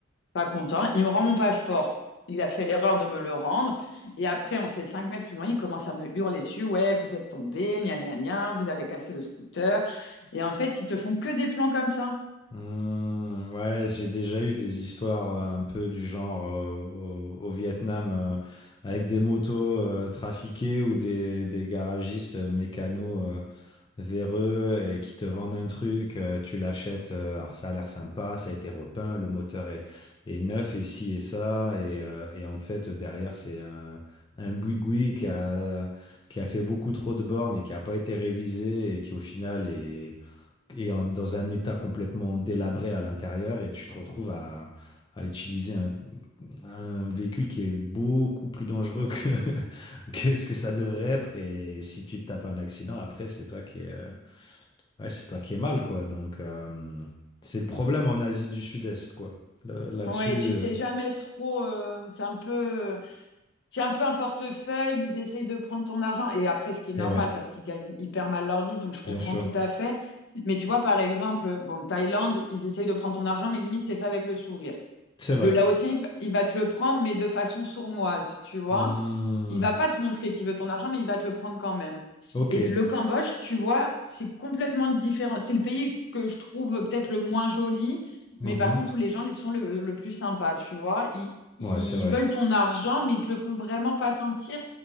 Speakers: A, on the left; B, on the left.
A: pas content. Il me rend mon passeport. Il a fait l'erreur de me le rendre. Et après, on fait 5 mètres plus loin, il commence à me hurler dessus. Ouais, vous êtes tombé, gna gna gna, vous avez cassé le scooter. Et en fait, ils te font que des plans comme ça.
B: Mmh, ouais, j'ai déjà eu des histoires euh, un peu du genre euh, au, au Vietnam euh, avec des motos euh, trafiquées ou des, des garagistes euh, mécanos euh, véreux et qui te vendent un truc, euh, tu l'achètes, euh, alors ça a l'air sympa, ça a été repeint, le moteur est, est neuf et ci et ça, et, euh, et en fait derrière c'est un, un boui-boui qui a, qui a fait beaucoup trop de bornes et qui n'a pas été révisé et qui au final est et en- dans un état complètement délabré à l'intérieur et tu te retrouves à, à utiliser un, un véhicule qui est beaucoup plus dangereux que, <laughs> que ce que ça devrait être et si tu te tapes un accident après c'est toi qui es, euh, ouais, c'est toi qui es mal quoi donc euh, c'est le problème en Asie du Sud-Est quoi Le- là-dessus
A: Ouais, tu
B: euh,
A: sais jamais trop. euh, c'est un peu. Tiens un peu un portefeuille, ils essayent de prendre ton argent. Et après, ce qui est normal
B: et ouais
A: parce qu'ils gagnent hyper mal leur vie, donc je comprends
B: bien sûr
A: tout à fait. Mais tu vois, par exemple, bon, Thaïlande, ils essayent de prendre ton argent, mais limite, c'est fait avec le sourire.
B: c'est vrai
A: Le Laotien, il va il va te le prendre, mais de façon sournoise, tu vois.
B: Hmm,
A: Il va pas te montrer qu'il veut ton argent, mais il va te le prendre quand même.
B: ok
A: Et le Cambodge, tu vois, c'est complètement différent. C'est le pays que je trouve peut-être le moins joli,
B: Mhm.
A: mais par contre, où les gens sont le, le plus sympas, tu vois. Ils, ils
B: ouais c'est vrai
A: veulent ton argent, mais ils te le font vraiment pas sentir.